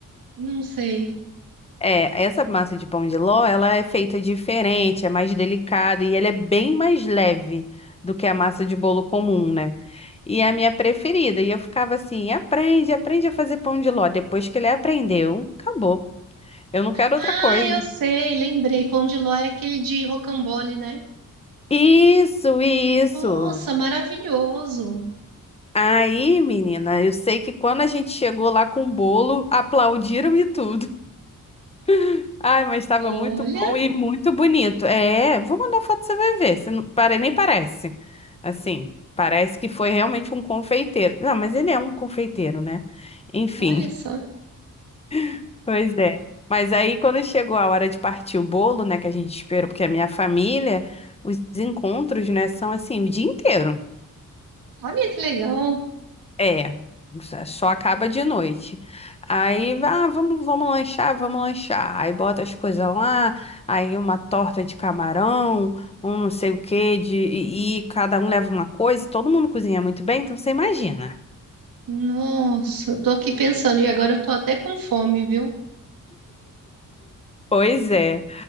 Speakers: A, on the right; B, on the left.
A: Não sei.
B: É, essa massa de pão de ló, ela é feita diferente, é mais delicada e ela é bem mais leve do que a massa de bolo comum, né? E é a minha preferida. E eu ficava assim, aprende, aprende a fazer pão de ló. Depois que ele aprendeu, acabou. Eu não quero
A: Ah,
B: outra coisa.
A: eu sei, lembrei. Pão de ló é aquele de rocambole, né?
B: Isso, isso.
A: Nossa, maravilhoso.
B: Aí, menina, eu sei que quando a gente chegou lá com o bolo, aplaudiram e tudo. <laughs> Ai, mas estava
A: Olha,
B: muito bom e muito bonito. É, vou mandar foto, você vai ver. Você não, pare- nem parece. Assim, parece que foi realmente um confeiteiro. Não, mas ele é um confeiteiro, né? Enfim,
A: olha só.
B: <laughs> pois é. Mas aí, quando chegou a hora de partir o bolo, né, que a gente esperou, porque é a minha família, os encontros, né, são assim, o dia inteiro.
A: Olha que legal.
B: É, só só acaba de noite. Aí, ah, vamos, vamos lanchar, vamos lanchar. Aí bota as coisas lá, aí uma torta de camarão, um não sei o quê, de, e, e cada um leva uma coisa, todo mundo cozinha muito bem, então você imagina.
A: Nossa, eu tô aqui pensando e agora eu tô até com fome, viu?
B: Pois é.